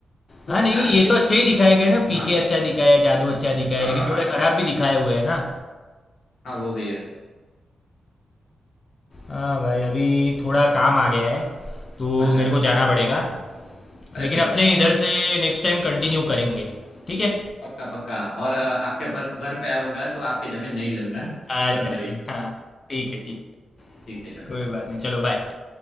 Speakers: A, on the left; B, on the left.
A: तो
B: हाँ नहीं
A: आपके
B: नहीं ये तो अच्छे ही दिखाए गए ना पीके
A: हाँ
B: अच्छा दिखाया है जादू अच्छा दिखाया
A: हाँ
B: है लेकिन थोड़े खराब भी दिखाए हुए हैं ना
A: हाँ वो भी है
B: हाँ भाई अभी थोड़ा काम आ गया है तो
A: अच्छा
B: मेरे को जाना पड़ेगा
A: अरे
B: लेकिन
A: कोई
B: अपने
A: बात नहीं
B: इधर से नेक्स्ट टाइम कंटिन्यू करेंगे ठीक है
A: पक्का पक्का और अ, आपके पर घर पे आऊंगा तो आपकी जमीन नहीं लूंगा
B: अच्छा
A: Don't worry
B: अच्छा हाँ ठीक है ठीक है
A: ठीक है चलो
B: कोई
A: भाई
B: बात नहीं चलो बाय